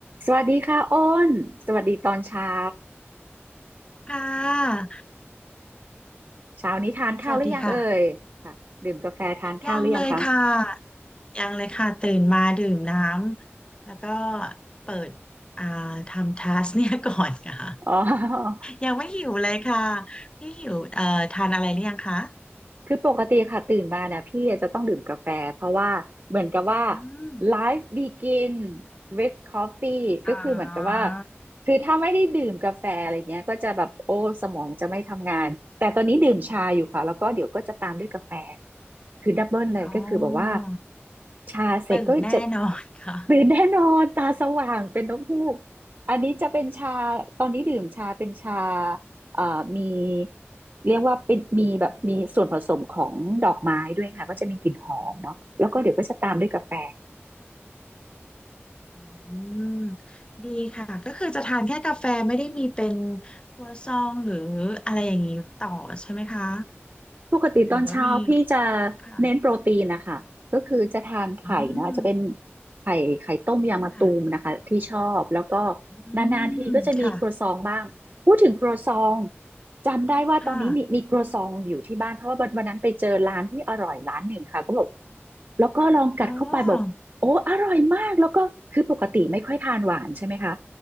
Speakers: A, on the right; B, on the left.
A: สวัสดีค่ะอ้นสวัสดีตอนเช้า
B: ค่ะ
A: เช้านี้ทานข้าวหรือยังเอ่ยค่ะดื่มกาแฟทานข้าวหรือยังคะ
B: สวัสดีค่ะยังเลยค่ะยังเลยค่ะตื่นมาดื่มน้ำแล้วก็เปิดอ่าทำทัสเนี่ยก่อนค่ะ
A: อ๋อ <laughs>
B: ยังไม่หิวเลยค่ะพี่หิวเอ่อทานอะไรหรือยังคะ
A: คือปกติค่ะตื่นมาเนี่ยพี่จะต้องดื่มกาแฟเพราะว่าเหมือนกับว่า
B: อืม
A: life begin with coffee
B: อ๋อ
A: ก็คือเหมือนกับว่าคือถ้าไม่ได้ดื่มกาแฟอะไรเงี้ยก็จะแบบโอ้สมองจะไม่ทำงานแต่ตอนนี้ดื่มชาอยู่ค่ะแล้วก็เดี๋ยวก็จะตามด้วยกาแฟ คือดับเบิลเลยก็คือแบบว่า
B: อ๋อ
A: ชาเสร็จก็จะ
B: ตื่นแน่นอนค่ะ
A: ตื่นแน่นอนตาสว่างเป็นนกฮูกอันนี้จะเป็นชาตอนนี้ดื่มชาเป็นชาเอ่อมีเรียกว่าเป็นมีแบบมีส่วนผสมของดอกไม้ด้วยค่ะก็จะมีกลิ่นหอมเนาะแล้วก็เดี๋ยวก็จะตามด้วยกาแฟ
B: อืมดีค่ะก็คือจะทานแค่กาแฟไม่ได้มีเป็นครัวซองหรืออะไรอย่างนี้ต่อใช่ไหมคะ
A: ปกติตอนเช้าพี่จะ
B: หรือว่ามีค่ะ
A: เน้นโปรตีนนะคะก็คือจะทานไข่นะจะเป็น
B: อืม
A: ไข่ไข่ต้มยางมะตูมนะคะที่ชอบแล้วก็
B: ค่ะอื
A: นานๆทีก็จะมีครัวซองบ้างพูดถึงครัวซอง
B: มค่ะ
A: จำได้ว่าตอนนี้มีมีครัวซองอยู่ที่บ้านเพราะว่าวันวันนั้นไปเจอร้านที่อร่อยร้านหนึ่งค่ะก็บอก
B: ค่ะ
A: แล้วก็ลองกัดเข้าไปบอกโอ้อร่อยมากแล้วก็คือปกติไม่ค่อยทานหวานใช่ไหมคะ
B: อ๋อ